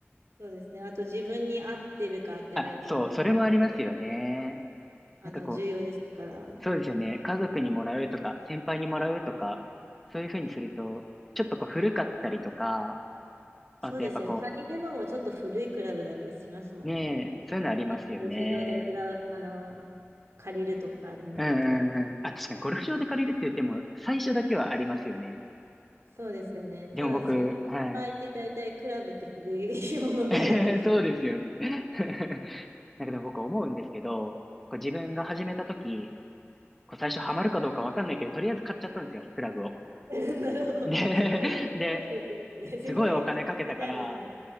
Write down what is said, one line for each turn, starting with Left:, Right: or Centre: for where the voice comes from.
Right: そうですね。あと、自分に合ってるか合ってないかっていうのも結構、
Centre: あ、そう、それもありますよね。
Right: あの、
Centre: なんかこう、
Right: 重要ですから。
Centre: そうですよね。家族にもらうとか、先輩にもらうとか、そういう風にすると、ちょっとこう古かったりとか、
Right: そうですね。
Centre: あとやっぱこ
Right: 借りるのもちょっと古いクラブだったりしますもんね。
Centre: う、ねえ、そういうのありますよね。
Right: なんか、ゴルフ場でクラ、あの、借りるとかになると。
Centre: うんうんうん。あ、確かにゴルフ場で借りるって言っても、最初だけはありますよね。
Right: そうですよね。ただ、
Centre: でも僕、
Right: その場合って大体クラブって古いものが多いです。
Centre: はい。<laughs> そうですよね。<laughs> だけど僕思うんですけど、こう自分が始めた時、こう最初ハマるかどうかわかんないけど、とりあえず買っちゃったんですよ、クラブを。
Right: <laughs> なるほど。
Centre: で、<laughs>
Right: すごい、すごい出品ですね。
Centre: で、
Right: <laughs> すごい、
Centre: すごいお金かけたから、
Right: みたな